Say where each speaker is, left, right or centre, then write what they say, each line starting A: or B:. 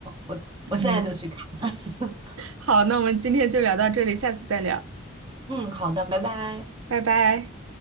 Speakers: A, on the right; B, on the right.
A: 我我现在就去看。
B: 嗯，好，那我们今天就聊到这里，下次再聊。
A: <laughs> 嗯，好的，拜拜。
B: 拜拜。